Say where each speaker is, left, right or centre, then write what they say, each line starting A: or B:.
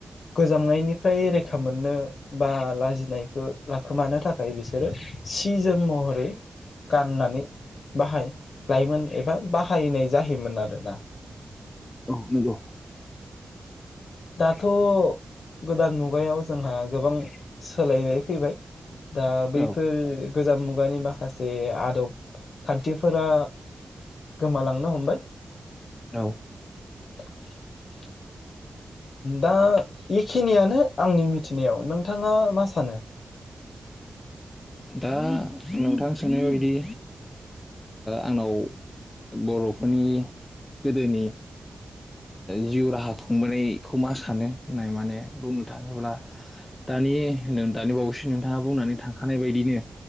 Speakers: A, on the left; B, on the left.
A: गोजांनायनिफ्राय रैखा मोननो बा लाजिनायखौ लाखोमानो थाखाय बिसोरो सिजोम महरै गाननानै बाहाय लायोमोन एबा बाहायनाय जायैयोमोन आरोना
B: औ नंगौ
A: दाथ गोदान मुगायाव जोंहा गोबां सोलायनाय फैबाय दा बैफोर
B: औ
A: गोजाम मुगानि माखासे आदब खान्थिफोरा गोमालांनो हमबाय
B: औ
A: <unintelligible> दा बेखिनियानो आंनि मिथिनायाव नोंथाङा मा सानो
B: दा नोंथां सोंनाय बायदि आंनाव बरफोरनि गोदोनि जिउ राहा खुंबोनायखौ मा सानो होननाय माने बुंनो थाङोब्ला दानि दानि बावैसो नोंथाङा बुंनानै थांखानाय बायदि बिनो